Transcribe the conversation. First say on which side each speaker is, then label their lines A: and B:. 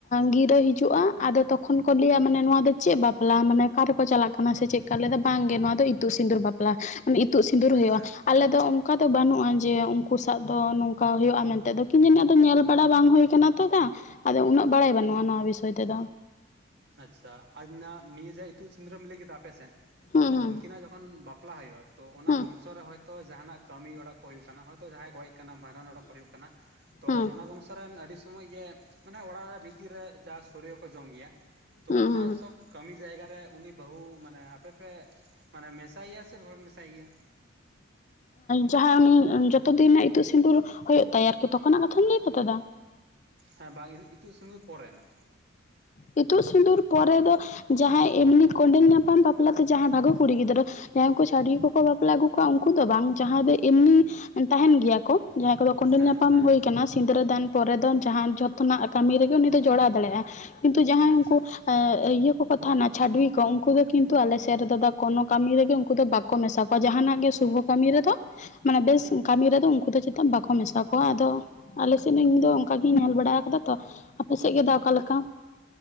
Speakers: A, on the left (about 35°); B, on the right (about 55°).
A: ᱜᱤᱨᱟᱹ ᱦᱤᱡᱩᱜᱼᱟ ᱟᱫᱚ ᱛᱚᱠᱷᱚᱱ ᱠᱚ ᱞᱟᱹᱭᱟ ᱢᱟᱱᱮ ᱱᱚᱣᱟ ᱫᱚ ᱪᱮᱫ ᱵᱟᱯᱞᱟ ᱢᱟᱱᱮ ᱚᱠᱟᱨᱮ ᱪᱟᱞᱟᱜ ᱠᱟᱱᱟ ᱥᱮ ᱪᱮᱫᱠᱟ ᱞᱮᱫᱟ ᱵᱟᱝᱜᱮ ᱱᱚᱣᱟ ᱫᱚ ᱤᱛᱩᱜ ᱥᱤᱸᱫᱩᱨ ᱵᱟᱯᱞᱟ ᱢᱟᱱᱮ ᱤᱛᱩᱜ ᱥᱤᱸᱫᱩᱨ ᱦᱩᱭᱩᱜᱼᱟ
B: ᱟᱪᱪᱷᱟ
A: ᱟᱞᱮ ᱫᱚ ᱚᱱᱠᱟ ᱫᱚ ᱵᱟᱹᱱᱩᱜᱼᱟ ᱡᱮ ᱩᱱᱠᱩ ᱥᱟᱜ ᱫᱚ ᱱᱚᱝ ᱚᱱᱠᱟ ᱦᱩᱭᱩᱜᱼᱟ ᱢᱮᱱ ᱛᱮ ᱫᱚ ᱠᱤᱡ ᱧᱮᱞ ᱵᱟᱲᱟ ᱵᱟᱝ ᱦᱩᱭ ᱟᱠᱟᱱᱟ ᱛᱚ ᱫᱟ ᱩᱱᱟᱹᱜ ᱵᱟᱲᱟᱭ ᱵᱟᱹᱱᱩᱜᱼᱟ ᱱᱚᱣᱟ ᱵᱤᱥ ᱠᱷᱟᱹᱭ ᱛᱮ ᱫᱚ
B: ᱟᱪ ᱪᱷᱟ ᱟᱨ ᱱᱟ ᱱᱤᱭᱟᱹ ᱡᱟᱦᱟᱸ ᱤᱛᱩᱫ ᱥᱤᱸᱫᱩᱨ ᱨᱮᱢ ᱞᱟᱹᱭ ᱠᱮᱫᱟ ᱟᱯᱮ ᱥᱮᱱ
A: ᱦᱩᱸ
B: ᱛᱚ ᱩᱱᱠᱤᱱᱟᱜ ᱡᱚᱠᱷ ᱚᱠᱷᱚᱱ ᱵᱟᱯᱞᱟ ᱦᱩᱭᱩᱜᱼᱟ ᱛᱚ ᱚᱱᱟ
A: ᱦᱩᱸ
B: ᱵᱚᱝᱥᱚ ᱨᱮ ᱦᱚᱭᱛᱚ ᱡᱟᱦᱟᱱᱟᱜ ᱠᱟᱹᱢᱤ ᱚᱲᱟᱜ ᱠᱚ ᱦᱩᱭᱩᱜ ᱠᱟᱱᱟ ᱦᱚᱭᱛᱚ ᱡᱟᱦᱟᱸᱭ ᱜᱚᱡ ᱦᱩᱭᱩᱜ ᱠᱟᱱᱟ ᱵᱷᱟᱸᱰᱟᱱ ᱚᱲᱟᱜ ᱠᱚ ᱦᱩᱭᱩᱜ ᱠᱟᱱᱟ ᱛᱚ
A: ᱦᱩᱸ
B: ᱚᱱᱟ ᱵᱚᱝᱥᱚ ᱨᱮᱱ ᱟᱹᱰᱤ ᱥᱚᱢᱚᱭ ᱜᱮ ᱢᱟᱱᱮ ᱚᱲᱟᱜ ᱵᱷᱤᱛᱤᱨ ᱨᱮ ᱡᱟ ᱥᱚᱲᱤᱭᱚ ᱠᱚ ᱡᱚᱢ ᱜᱮᱭᱟ ᱛᱚ
A: ᱦᱩᱸ
B: ᱚᱱᱟ
A: ᱦᱩᱸ
B: ᱥᱚᱵ ᱠᱟᱹᱢᱤ ᱡᱟᱭᱜᱟ ᱨᱮ ᱩᱱᱤ ᱵᱟᱹᱦᱩ ᱢᱟᱱᱮ ᱟᱯᱮ ᱯᱮ ᱢᱟᱱᱮ ᱢᱮᱥᱟᱭᱟ ᱥᱮ ᱵᱟᱯᱮ ᱢᱮᱥᱟᱭᱮ ᱜᱮᱭᱟ
A: ᱡᱟᱦᱟᱸᱭ ᱩᱱᱤ ᱡᱚᱛᱚ ᱫᱤᱱ ᱱᱟᱜ ᱤᱛᱩᱜ ᱥᱤᱸᱫᱩᱨ ᱦᱩᱭᱩᱜ ᱛᱟᱭᱟ ᱟᱨᱠᱤ ᱛᱚᱠᱷᱚᱱᱟᱜ ᱠᱟᱛᱷᱟᱢ ᱞᱟᱹᱭ ᱫᱟ ᱛᱚ? ᱫᱟ
B: ᱦᱮᱸ ᱵᱟᱝ ᱤᱛᱩᱫ ᱥᱤᱸᱜᱩᱨ ᱯᱚᱨᱮᱱᱟ
A: ᱤᱛᱩᱫ ᱥᱤᱸᱫᱩᱨ ᱯᱚᱨᱮ ᱫᱚ ᱡᱟᱦᱟᱸᱭ ᱮᱢᱱᱤ ᱠᱚᱸᱰᱮᱞ ᱧᱟᱯᱟᱢ ᱵᱟᱯᱞᱟ ᱛᱮ ᱡᱟᱦᱟᱸᱭ ᱵᱷᱟᱜᱤ ᱠᱩᱲᱤ ᱜᱤᱫᱽᱨᱟᱹ ᱡᱟᱦᱟᱸᱭ ᱠᱚ ᱪᱷᱟᱹᱰᱩᱭ ᱠᱚᱠᱚ ᱵᱟᱯᱞᱟ ᱟᱹᱜᱩ ᱠᱚᱣᱟ ᱩᱱᱠᱩ ᱫᱚ ᱵᱟᱝ ᱡᱟᱦᱟᱸᱭ ᱫᱚ ᱮᱢᱱᱤ ᱛᱟᱦᱮᱱ ᱜᱮᱭᱟ ᱠᱚ ᱡᱟᱦᱟᱸᱭ ᱠᱚᱫᱚ ᱠᱚᱸᱰᱮᱞ
B: ᱦᱮᱸ
A: ᱧᱟᱯᱟᱢ
B: ᱦᱮᱸ
A: ᱦᱩᱭ ᱟᱠᱟᱱᱟ ᱥᱤᱸᱫᱽᱨᱟᱹᱫᱟᱱ ᱯᱚᱨᱮ ᱫᱚ ᱡᱟᱦᱟᱸ ᱡᱚᱛᱚᱱᱟᱜ ᱠᱟᱹᱢᱤ ᱨᱮᱜᱮ ᱩᱱᱤ ᱫᱚ ᱡᱚᱲᱟᱣ ᱫᱟᱲᱮᱭᱟᱜᱼᱟ ᱠᱤᱱᱛᱩ ᱡᱟᱦᱟᱸᱭ
B: ᱟᱪᱪᱷᱟ
A: ᱩᱱᱠᱩ ᱤᱭᱟᱹ ᱠᱚᱠᱚ ᱛᱟᱦᱮᱱᱟ ᱪᱷᱟᱹᱰᱩᱭᱤ ᱠᱚ ᱩᱱᱠᱩ ᱫᱚ ᱠᱤᱱᱛᱩ ᱟᱞᱮ ᱥᱮᱫ ᱨᱮᱫᱚ ᱫᱟ ᱠᱚᱱᱳ ᱠᱟᱹᱢᱤ ᱨᱮᱜᱮ ᱩᱱᱠᱩ ᱫᱚ ᱵᱟᱠᱚ ᱢᱮᱥᱟ ᱠᱚ ᱡᱟᱦᱟᱱᱟᱜ ᱜᱮ ᱥᱩᱵᱷᱚ ᱠᱟᱹᱢᱤ ᱨᱮᱫᱚ ᱢᱟᱱᱮ ᱵᱮᱥ ᱠᱟᱹᱢᱤ ᱨᱮᱫᱚ ᱩᱱᱠᱩ ᱫᱚ ᱪᱮᱫᱟ ᱵᱟᱠᱚ ᱢᱮᱥᱟ ᱠᱚᱣᱟ ᱟᱫᱚ ᱟᱞᱮ ᱥᱮᱱ ᱨᱤᱱ ᱞᱤᱧ ᱫᱚ ᱚᱱᱠᱟ ᱜᱤᱧ ᱧᱮᱞ ᱵᱟᱲᱟ ᱟᱠᱟᱫᱟ ᱛᱚ ᱟᱯᱮ ᱥᱮᱫ ᱜᱮ ᱫᱟ ᱚᱠᱟ ᱞᱮᱠᱟ